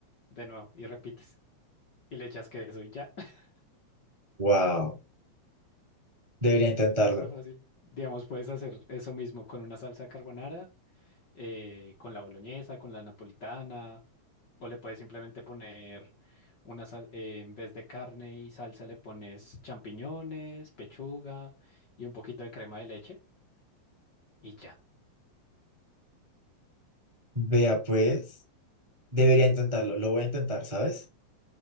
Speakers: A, on the left; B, on the right.
A: de nuevo, y repites. Y le echas queso y ya. <laughs>
B: wow, debería intentarlo.
A: Es súper fácil. Digamos, puedes hacer eso mismo con una salsa carbonara, eh, con la boloñesa, con la napolitana, o le puedes simplemente poner una sal, eh, en vez de carne y salsa le pones champiñones, pechuga y un poquito de crema de leche y ya.
B: Vea, pues, debería intentarlo. Lo voy a intentar, ¿sabes?